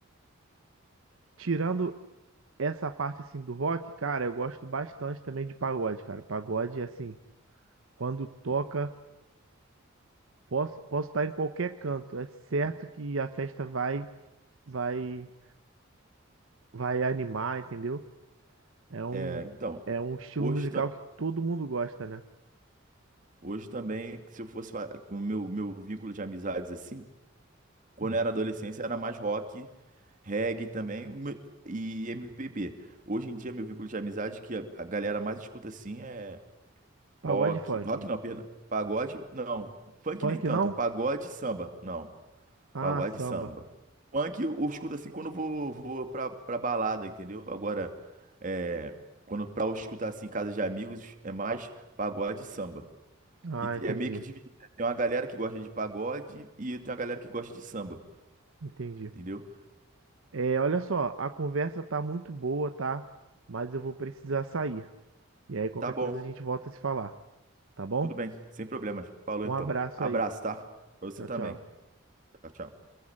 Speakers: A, on the right; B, on the right.
A: tirando essa parte, assim, do rock, cara, eu gosto bastante também de pagode, cara. Pagode, assim, quando toca, posso, posso estar em qualquer canto. É certo que a festa vai, vai, vai animar, entendeu? É um,
B: É, então,
A: é um estilo
B: hoje.
A: musical que todo mundo gosta, né?
B: Hoje também, se eu fosse fa- com o meu, meu vínculo de amizades assim, quando
A: Hum.
B: eu era adolescência era mais rock, reggae também o meu- e MPB. Hoje em dia, meu vínculo de amizades que a, a galera mais escuta assim é
A: Pagode
B: rock.
A: e funk.
B: Rock não, perdão. Pagode, não. Funk
A: Funk
B: nem tanto.
A: não?
B: É pagode e samba. Não.
A: Ah,
B: Pagode
A: samba.
B: e samba. Funk eu, eu escuto assim quando eu vou, vou pra, pra balada, entendeu? Agora, é, quando pra eu escutar assim em casa de amigos, é mais pagode e samba.
A: Ah,
B: E
A: entendi.
B: é meio que dividido. né? Tem uma galera que gosta de pagode e tem uma galera que gosta de samba,
A: Entendi.
B: entendeu?
A: É, olha só, a conversa tá muito boa, tá? Mas eu vou precisar sair. E aí, qualquer
B: Tá bom,
A: coisa a gente volta a se falar, tá bom?
B: tudo bem, sem problemas. Falou
A: Um
B: então.
A: abraço
B: Abraço,
A: aí.
B: tá? Pra você
A: Tchau,
B: também.
A: tchau.
B: Tchau, tchau.